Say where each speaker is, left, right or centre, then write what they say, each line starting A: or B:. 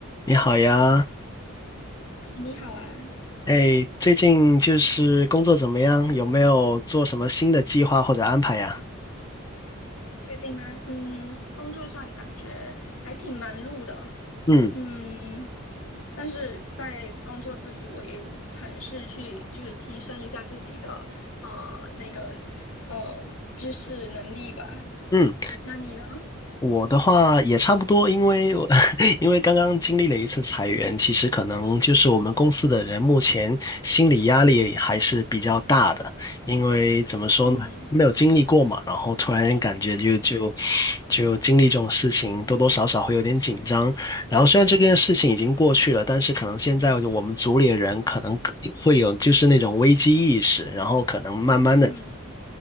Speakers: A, on the left; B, on the left.
A: 你好呀，
B: 你好啊，
A: 哎，最近就是工作怎么样？有没有做什么新的计划或者安排呀？
B: 最近吗？嗯，工作上感觉还挺忙碌的，
A: 嗯
B: 嗯，但是在工作之余，我也有尝试去就是提升一下自己的呃那个呃知识能力吧。
A: 嗯。
B: 那你呢？
A: 我的话也差不多，因为我 <laughs> 因为刚刚经历了一次裁员，其实可能就是我们公司的人目前心理压力还是比较大的，因为怎么说呢，
B: 嗯
A: 没有经历过嘛，然后突然间感觉就就就经历这种事情，多多少少会有点紧张。然后虽然这件事情已经过去了，但是可能现在我们组里的人可能会有就是那种危机意识，然后可能慢慢的。
B: 嗯